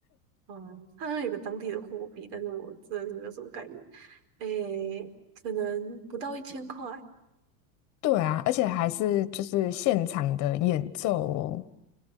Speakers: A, on the right; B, on the left.
A: 嗯，它好像有一个当地的货币，但是我真的是没有什么概念，诶、可能不到一千块，
B: 对啊，而且还是就是现场的演奏哦，